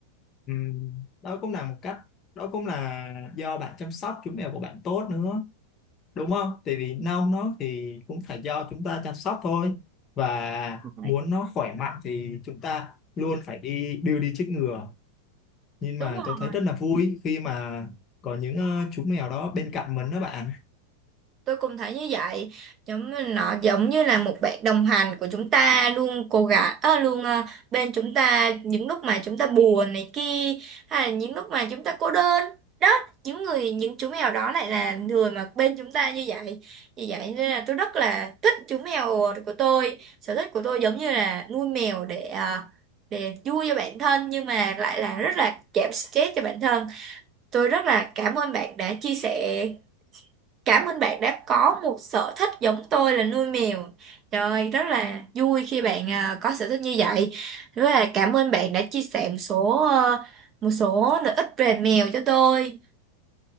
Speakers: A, on the left; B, on the right.
A: Ừ, đó cũng là một cách đó cũng là do bạn chăm sóc chú mèo của bạn tốt nữa đúng không tại vì nông nó thì cũng phải do chúng ta chăm sóc thôi và
B: Ừ.
A: muốn nó khỏe mạnh thì chúng ta luôn phải đi đưa đi chích ngừa nhưng
B: đúng
A: mà tôi thấy
B: rồi
A: rất là vui khi mà có những ờ, chú mèo đó bên cạnh mình đó bạn
B: Tôi cũng thấy như vậy, giống như nó giống như là một bạn đồng hành của chúng ta luôn cố gắng, ờ, luôn ờ, bên chúng ta những lúc mà chúng ta buồn này kia, hay là những lúc mà chúng ta cô đơn. Đó, những người những chú mèo đó lại là người mà bên chúng ta như vậy. Vì vậy nên là tôi rất là thích chú mèo của tôi. Sở thích của tôi giống như là nuôi mèo để ờ, để vui cho bản thân nhưng mà lại là rất là giảm stress cho bản thân. Tôi rất là cảm ơn bạn đã chia sẻ Cảm ơn bạn đã có một sở thích giống tôi là nuôi mèo. Trời ơi, rất là vui khi bạn à, có sở thích như vậy. Rất là cảm ơn bạn đã chia sẻ một số ờ, một số lợi ích về mèo cho tôi.